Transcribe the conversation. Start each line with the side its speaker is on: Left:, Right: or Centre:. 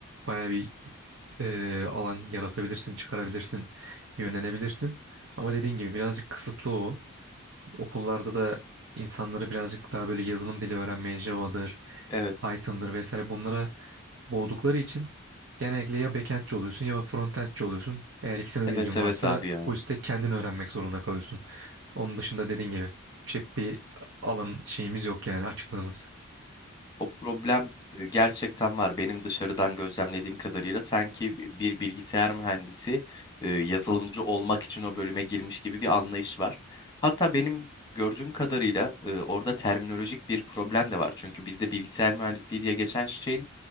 Right: baya bir e, alan yaratabilirsin, çıkarabilirsin, yönlenebilirsin. Ama dediğin gibi birazcık kısıtlı o. Okullarda da insanları birazcık daha böyle yazılım dili öğrenmeye Java'dır,
Left: Evet.
Right: Python'dır vesaire bunlara boğdukları için genellikle ya backendçi oluyorsun ya frontendçi oluyorsun. Eğer ikisine
Left: Evet
Right: de ilgin
Left: evet
Right: varsa
Left: abi ya.
Right: full stack kendin öğrenmek zorunda kalıyorsun. Onun dışında dediğin gibi çok bir alan şeyimiz yok yani açıklığımız.
Left: O problem e, gerçekten var. Benim dışarıdan gözlemlediğim kadarıyla sanki bi- bir bilgisayar mühendisi e, yazılımcı olmak için o bölüme girmiş gibi bir anlayış var. Hatta benim gördüğüm kadarıyla e, orada terminolojik bir problem de var. Çünkü bizde bilgisayar mühendisliği diye geçen şeyin